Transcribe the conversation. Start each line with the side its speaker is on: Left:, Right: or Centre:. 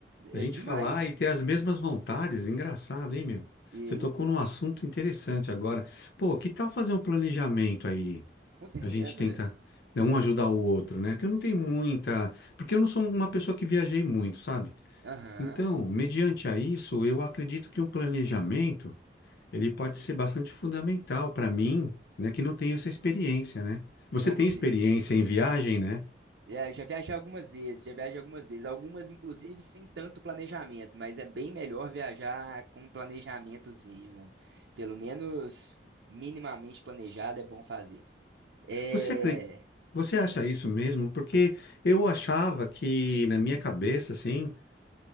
Right: É
Left: A gente
Right: demais.
Left: falar e ter as mesmas vontades. Engraçado, hein, meu?
Right: E,
Left: Você tocou
Right: e-
Left: num assunto interessante agora. Pô, que tal fazer um planejamento aí?
Right: com certeza,
Left: A gente tenta,
Right: velho.
Left: né, um ajudar o outro, né? Que eu não tenho muita, porque eu não sou uma pessoa que viajei muito, sabe?
Right: Aham,
Left: Então, mediante a isso, eu acredito que um planejamento ele pode ser bastante fundamental para mim, né, que não tenho essa experiência, né? Você
Right: vamos
Left: tem
Right: sim.
Left: experiência em viagem, né?
Right: É, eu já viajei algumas vezes, já viajei algumas vezes, algumas inclusive sem tanto planejamento, mas é bem melhor viajar com um planejamentozinho, velho. Pelo menos minimamente planejado é bom fazer. É,
Left: Você acre- Você acha isso mesmo? Porque eu achava que na minha cabeça, assim,